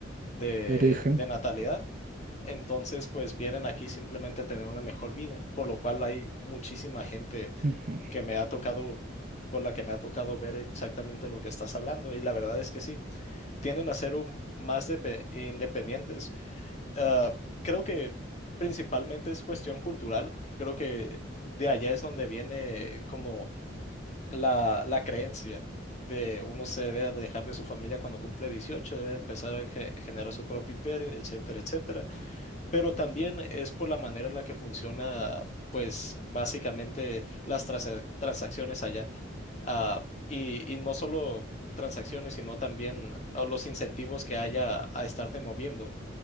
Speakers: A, on the left; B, on the right.
A: de,
B: de origen.
A: de natalidad. Entonces, pues vienen aquí simplemente a tener una mejor vida, por lo cual hay muchísima gente
B: Ujú.
A: que me ha tocado, por la que me ha tocado ver exactamente lo que estás hablando. Y la verdad es que sí, tienden a ser un, más de, independientes ah, creo que principalmente es cuestión cultural, creo que de allá es donde viene como la, la creencia de uno se debe alejar de su familia cuando cumple dieciocho debe empezar a ge- generar su propio imperio, etcétera, etcétera. Pero también es por la manera en la que funciona, pues básicamente las transa- transacciones allá. Ah, y, y no solo transacciones, sino también a los incentivos que haya a estarte moviendo